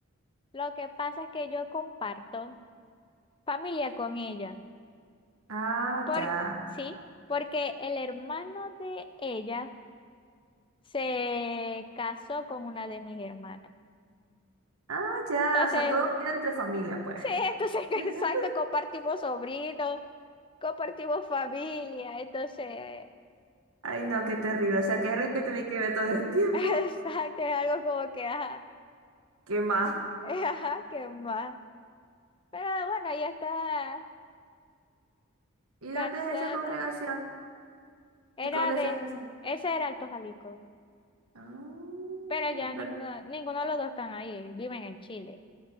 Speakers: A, on the left (about 20°); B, on the right (about 80°).
A: Lo que pasa es que yo comparto familia con ella.
B: Ah,
A: Por,
B: ya.
A: sí, porque el hermano de ella se casó con una de mis hermanas.
B: Ah, ya.
A: Entonces,
B: O sea, todo queda entre familia, pues.
A: sí, <laughs> entonces,
B: <laughs>
A: exacto, compartimos sobrinos, compartimos familia, entonces.
B: Ay, no, qué terrible. O sea, que es alguien que tiene que ver todo el <laughs> tiempo.
A: <laughs> Exacto, es algo como que, ajá,
B: ¿Qué más?
A: <laughs> ajá, qué más. Pero bueno, ella está
B: ¿Y
A: casada.
B: dónde es esa congregación?
A: Era
B: ¿Qué congregación
A: de,
B: es esa?
A: ese era Alto Jalisco.
B: Ah,
A: Pero ya ninguno,
B: ta-
A: ninguno de los dos están ahí, viven en Chile.